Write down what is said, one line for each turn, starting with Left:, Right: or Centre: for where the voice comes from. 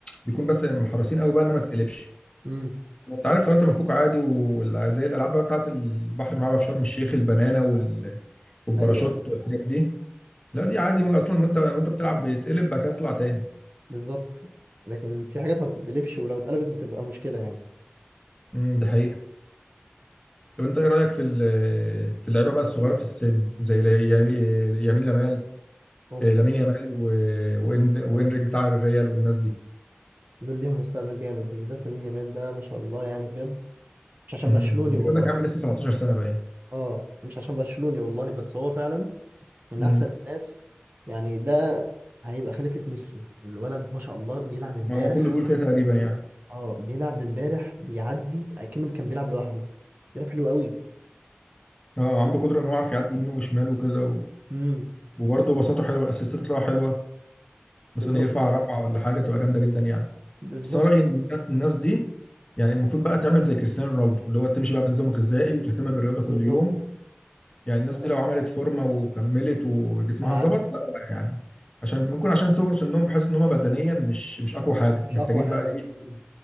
Left: بيكون بس محرسين قوي بقى انها ما تقلبش
Right: امم
Left: انت عارف لو انت مفكوك عادي وزي الالعاب بقى بتاعت البحر اللي معاها في شرم الشيخ البنانه وال... والباراشوت
Right: ايوه أيوه.
Left: والحاجات دي لا دي عادي اصلا وانت وانت بتلعب بيتقلب بعد كده تطلع تاني
Right: بالظبط لكن في حاجات ما بتتقلبش ولو اتقلبت بتبقى مشكلة يعني
Left: امم ده حقيقه طب انت ايه رايك في ال... في اللعيبه بقى الصغيره في السن زي لا- يمين يمين لمال
Right: اوف
Left: آه، لامين يامال و... وإن... وانريك بتاع الريال والناس دي
Right: دول ليهم مستقبل جامد ده بالذات لامين يامال ده ما شاء الله يعني بجد مش عشان
Left: امم
Right: برشلوني
Left: بيقول
Right: والله
Left: لك عامل لسه 17 سنه باين
Right: اه مش عشان برشلوني والله بس هو فعلا من
Left: امم
Right: احسن الناس يعني ده هيبقى خليفة ميسي الولد ما شاء الله بيلعب امبارح
Left: هو ما كله بيقول كده تقريبا يعني
Right: اه بيلعب امبارح بيعدي كأنه كان بيلعب لوحده بيلعب حلو قوي
Left: اه عنده قدره ان هو عارف يعدي يمين وشمال وكده و...
Right: امم
Left: وبرضه بساطته حلوه الاسيستات بتاعه حلوه
Right: بالظبط
Left: مثلا يرفع رفعه ولا حاجه تبقى جامده جدا يعني
Right: بالظبط
Left: بس انا رايي ان الناس دي يعني المفروض بقى تعمل زي كريستيانو رونالدو اللي هو تمشي بقى بنظام غذائي وتهتم بالرياضه
Right: بالظبط
Left: كل يوم يعني الناس
Right: أنا-
Left: دي لو عملت فورمه وكملت وجسمها
Right: هيعدي
Left: ظبط لا يعني عشان ممكن عشان صغر سنهم بحس ان هم بدنيا مش مش اقوى حاجه
Right: مش
Left: محتاجين
Right: اقوى حاجة
Left: بقى ايه
Right: دي حقيقة